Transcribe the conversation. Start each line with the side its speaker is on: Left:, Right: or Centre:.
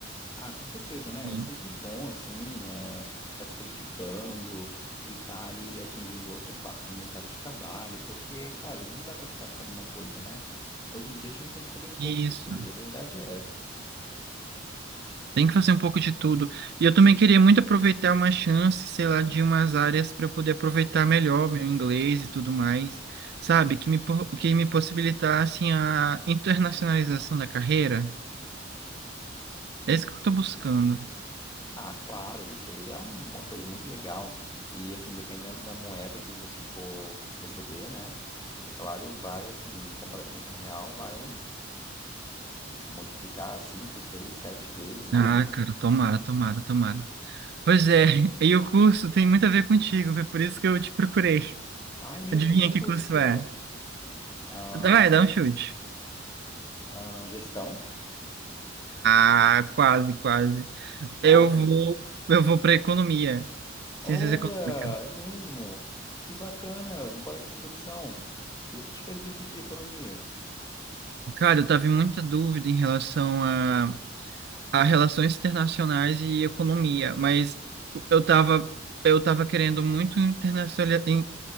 Left: Ah, com certeza, né?
Right: Sim.
Left: É sempre bom, assim, é, tá se qualificando e tá ali atingindo outras partes do mercado de trabalho, porque, cara, não dá pra ficar só numa coisa, né? Hoje em dia a gente tem que saber um pouco
Right: Isso.
Left: de tudo, a verdade é essa.
Right: Tem que fazer um pouco de tudo. E eu também queria muito aproveitar uma chance, sei lá, de umas áreas para eu poder aproveitar melhor meu inglês e tudo mais, sabe? Que me, po- que me possibilitasse a internacionalização da carreira. É isso que eu tô buscando.
Left: Ah, claro, isso aí é um- uma coisa muito legal. E assim, dependendo da moeda que você for receber, né? Seu salário vai, assim, em comparação com o real, vai multiplicar 5, 6, 7 vezes mais.
Right: Ah, cara, tomara, tomara, tomara. Pois é, <laughs> e o curso tem muito a ver contigo, foi por isso que eu te procurei.
Left: Ah, é mesmo?
Right: Adivinha
Left: Que curso
Right: que curso
Left: que
Right: é?
Left: é? Ah,
Right: Vai, dá um chute.
Left: ah, gestão?
Right: Ah, quase, quase.
Left: Quase.
Right: Eu vou, eu vou para economia,
Left: Olha,
Right: ciências econômicas.
Left: é mesmo. Que bacana, um colega de profissão. E o que te fez decidir economia?
Right: Cara, eu tava em muita dúvida em relação a, a relações internacionais e economia, mas eu tava, eu tava querendo muito internacional, em